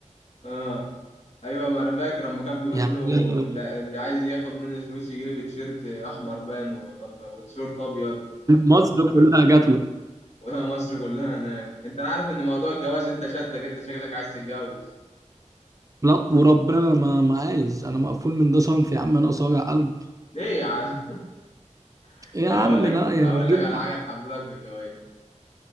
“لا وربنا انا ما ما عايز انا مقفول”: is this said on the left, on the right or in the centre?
Right